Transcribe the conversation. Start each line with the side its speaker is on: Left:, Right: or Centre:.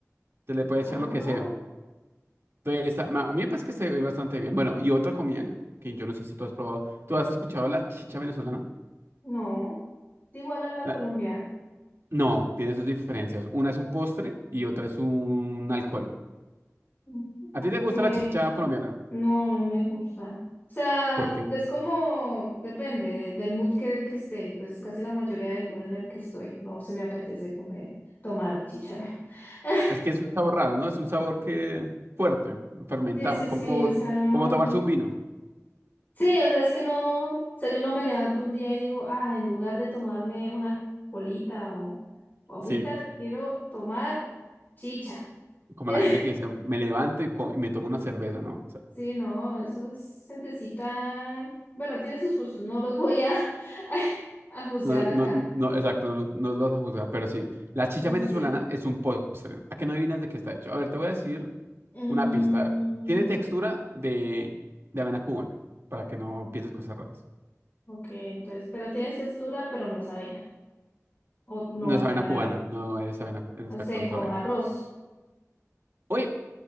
Right: Se le puede
Left: Ah,
Right: echar lo que sea. Entonces, esta- ma- a mí me parece que se ve bastante bien. Bueno, y otra comida que yo no sé si tú has probado. ¿Tú has escuchado la chicha venezolana?
Left: no, es igual a la
Right: La-
Left: colombiana.
Right: no, tiene sus diferencias. Una es un postre y otra es un alcohol.
Left: Mm,
Right: ¿A ti te gusta
Left: Que
Right: la chicha colombiana?
Left: no, no me gusta. O sea,
Right: ¿Por qué?
Left: es como, depende de- del mood que, que esté. Pues casi la mayoría del mood en el que estoy. No se me apetece comer, tomar chichara. <laughs>
Right: Es que es un sabor raro, ¿no? Es un sabor que fuerte, fermentado,
Left: Sí, sí, sí,
Right: como,
Left: o sea, no.
Right: como tomarse un vino.
Left: Sí, o sea, es que no. O sea, yo no me levanto un día y digo, ah, en lugar de tomarme una colita o, o agüita,
Right: Sí,
Left: quiero tomar chicha.
Right: como
Left: <laughs>
Right: la gente que dice, me levanto y, co- y me tomo una cerveza, ¿no?
Left: Sí, no, eso es gentecita. Bueno, tiene sus gustos, no los voy a, <laughs> a juzgar
Right: No,
Left: acá.
Right: no, no, no, exacto, no, los no los vas a juzgar, pero sí. La chicha
Left: Sí,
Right: venezolana
Left: sí, sí.
Right: es un postre. ¿A qué no adivinas de qué está hecho? A ver, te voy a decir
Left: Mm,
Right: una pista. Tiene textura de, de avena cubana, para que no pienses cosas raras.
Left: ok, entonces, pero tiene textura, pero no es avena. O no
Right: No
Left: va
Right: es
Left: a
Right: avena
Left: tener
Right: cubana,
Left: avena.
Right: no es avena, cu- exacto,
Left: No sé,
Right: no
Left: como
Right: es avena.
Left: arroz.
Right: Oye,